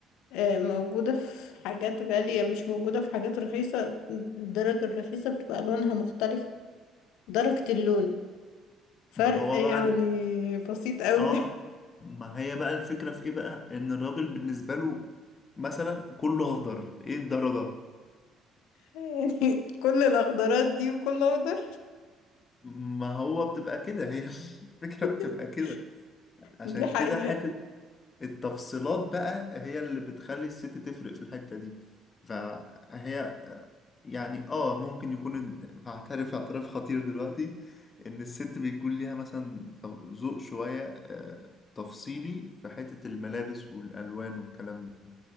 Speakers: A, on the left (about 65°); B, on the left (about 35°).
A: آه، موجودة في حاجات غالية مش موجودة في حاجات رخيصة الدرجة الرخيصة بتبقى الوانها مختلفة درجة اللون فرق
B: ما هو
A: يعني
B: بقى ال...
A: بسيط قوي
B: آه
A: <laughs>
B: ما هي بقى الفكرة في إيه بقى؟ إن الراجل بالنسبة له مثلا كله أخضر إيه الدرجة؟
A: يعني كل الاخضرات دي وكل اخضر
B: ما هو بتبقى كده هي <laughs> الفكرة
A: <laughs>
B: بتبقى كده عشان
A: دي حقيقة
B: كده حتة التفصيلات بقى هي اللي بتخلي الست تفرق في الحتة دي فهي يعني اه ممكن يكون هعترف اعتراف خطير دلوقتي ان الست بيكون ليها مثلا ط- ذوق شوية آه، تفصيلي في حتة الملابس والالوان والكلام ده